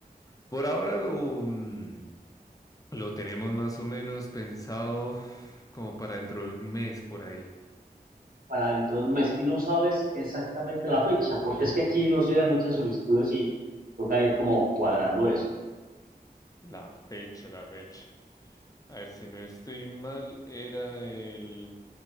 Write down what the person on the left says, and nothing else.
por ahora lo, mm, lo tenemos más o menos pensado como para dentro de un mes por ahí.
La fecha, la fecha. A ver, si no estoy mal, era el,